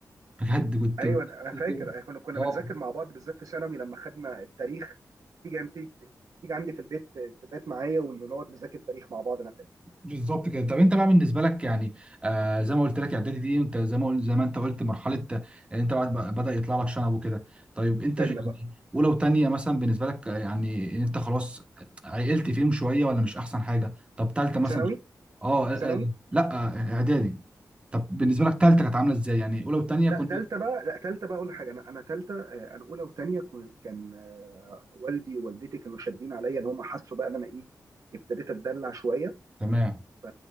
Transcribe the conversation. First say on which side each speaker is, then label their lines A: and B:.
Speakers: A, on the right; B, on the right.
A: بجد كنت
B: ايوه انا أنا
A: <laughs>
B: فاكر أنا كنا كنا
A: اه
B: بنذاكر مع بعض بالذات في ثانوي لما خدنا التاريخ تيجي انت تيجي عندي في البيت تبات معايا ونقعد نذاكر تاريخ مع بعض انا فاكر
A: بالظبط كده طب انت بقى بالنسبه لك يعني آه زي ما قلت لك اعدادي دي انت زي ما قلت زي ما انت قلت مرحله آه، انت بعد بقى- بدا يطلع لك شنب وكده طيب انت
B: بينا
A: ش- يعني
B: بقى
A: اولى وثانيه مثلا بالنسبه لك آه، يعني ان انت خلاص عقلت فيهم شويه ولا مش احسن حاجه طب ثالثه مثلا
B: في ثانوي
A: اه آه،
B: في ثانوي
A: آه، لا آه، اعدادي طب بالنسبه لك ثالثه كانت عامله ازاي يعني اولى وثانيه
B: لا
A: كنت
B: ثالثه بقى لا ثالثه بقى اقول لك حاجه انا انا ثالثه انا اولى وثانيه كان آه، والدي ووالدتي كانوا شادين عليا ان هم حسوا بقى ان انا ايه ابتديت اتدلع شويه
A: تمام
B: ف-